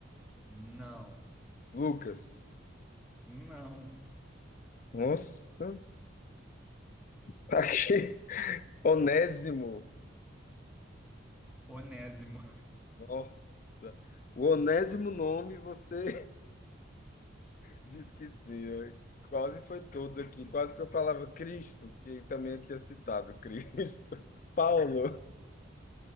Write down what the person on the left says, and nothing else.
Lucas,
nossa, tá aqui, <laughs> Onésimo,
nossa, o onésimo nome você Disse que sim, quase foi todos aqui. Quase que eu falava Cristo, que também aqui é citado, Cristo. <laughs> Paulo.